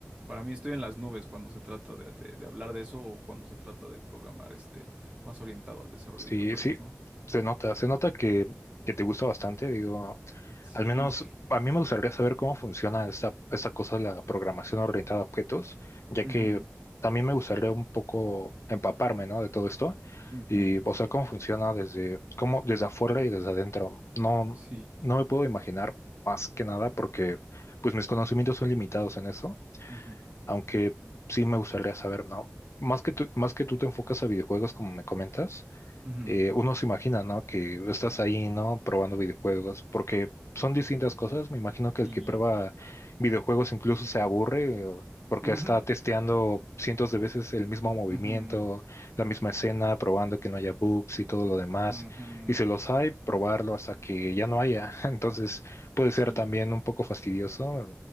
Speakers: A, on the right (about 20°); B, on the left (about 60°).
A: para mí estoy en las nubes cuando se trata de, de- de hablar de eso o cuando se trata de programar este más orientado al desarrollo
B: Sí,
A: de videojuegos,
B: sí,
A: ¿no?
B: se nota, se nota que, que te gusta bastante, digo,
A: Sí.
B: al menos a mí me gustaría saber cómo funciona esta, esta cosa de la programación orientada a objetos, ya
A: Ujú,
B: que también me gustaría un poco empaparme, ¿no? de todo esto,
A: ujú,
B: y, o sea, cómo funciona desde, cómo, desde afuera y desde adentro. No,
A: sí,
B: no me puedo imaginar más que nada porque, pues, mis conocimientos son limitados en eso,
A: ujú,
B: aunque sí me gustaría saber, ¿no? Más que tú, más que tú te enfocas a videojuegos, como me comentas
A: ujú,
B: eh, uno se imagina, ¿no? Que estás ahí, ¿no? Probando videojuegos, porque son distintas cosas. Me imagino que el
A: sí,
B: que prueba videojuegos incluso se aburre o- porque
A: ujú,
B: está testeando cientos de veces el mismo movimiento,
A: ujú,
B: la misma escena, probando que no haya bugs y todo lo demás.
A: ujú,
B: Y si los hay, probarlo hasta que ya no haya. <laughs> Entonces puede ser
A: sí.
B: también un poco fastidioso,